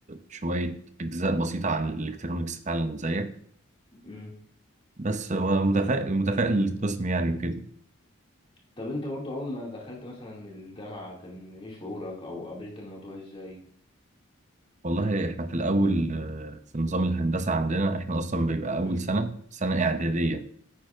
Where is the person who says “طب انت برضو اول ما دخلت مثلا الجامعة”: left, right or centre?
Left